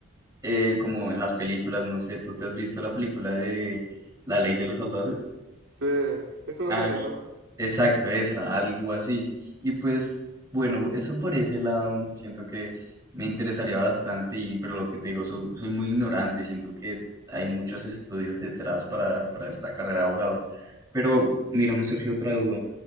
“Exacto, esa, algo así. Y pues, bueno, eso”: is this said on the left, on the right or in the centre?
Right